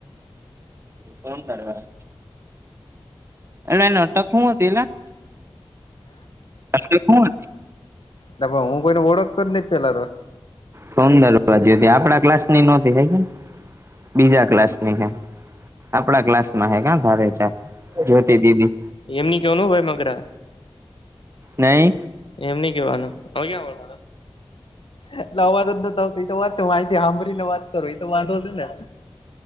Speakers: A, on the right; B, on the left.
A: ફોન કરવા એટલે નટક હું હતી એટ અ કોણ
B: નાટ હું કોઈને ઓળખતો જ નથી પેલાતો
A: સુંદર બાજ આપડા ક્લાસ ની નહોતી થ કે બીજા ક્લાસ ની હ આપણા ક્લાસ માં હે ધારે ચાર જોતી દીદી
B: એમની કેવાનું ભાઈ મગરા
A: નહી
B: એમ નઈ કેવાનું હવે ક્યાં એટલે અવાજ જ નતો આવતો તો વાત છે માહિતી સાંભરી ને વાત કરું એ તો વાંધો છે ને